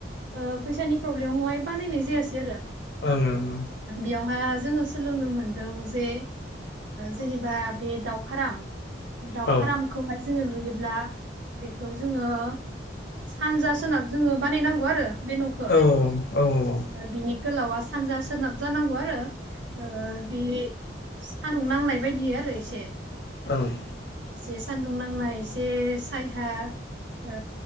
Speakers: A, on the right (about 85°); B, on the left (about 60°).
A: ओ फैसानि प्रब्लेमावहाय बानायनाय जायासै आरो
B: ओं ओं ओ
A: बेयावहाय जोङो सोलोंनो मोनदों जे जेनेबा बे दाउफाराम। दाउ
B: औ
A: फार्मखौहाय जोङो लुयो। ब्ला बेखौ जोङो सानजा सोनाब जोङो बानायनांगौ आरो बे न'खौ
B: ओं ओं
A: बिनि। गोलावा सानजा सोनाब जानांगौ आरो ओ बे सान्दुं नांनाय बायदि आरो एसे
B: ओं
A: एसे सान्दुं नांनाय ऐ सायहा। ओ